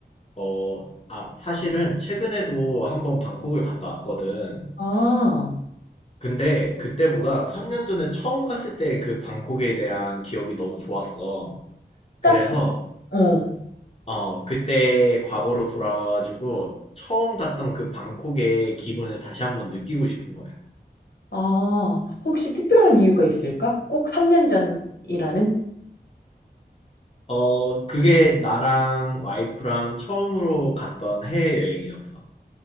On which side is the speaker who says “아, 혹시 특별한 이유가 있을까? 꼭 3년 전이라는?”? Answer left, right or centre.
Left